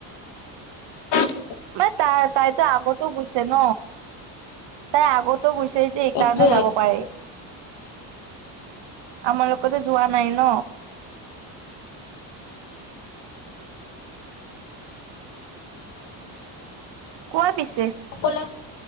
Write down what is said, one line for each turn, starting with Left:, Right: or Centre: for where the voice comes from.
Left: <unintelligible>
Right: মানে তাই তাইতো আগতো গৈছে ন। তাই আগত গৈছে যে এই
Left: সেইটোৱে
Right: কাৰণে যাব পাৰে। আমাৰ লগতে যোৱা নাই ন। কোৱা পিছে।
Left: অকলে